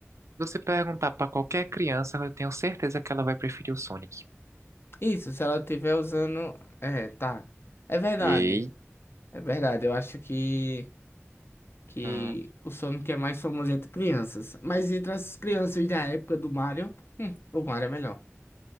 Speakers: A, on the right (about 80°); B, on the left (about 55°).
A: Você perguntar pra qualquer criança, eu tenho certeza que ela vai preferir o Sonic.
B: Isso, se ela estiver usando. É, tá. É verdade.
A: E...
B: É verdade. Eu acho que, que
A: Hum.
B: o Sonic é mais famoso entre crianças. Mas entre as crianças da época do Mario, hum, o Mario é melhor.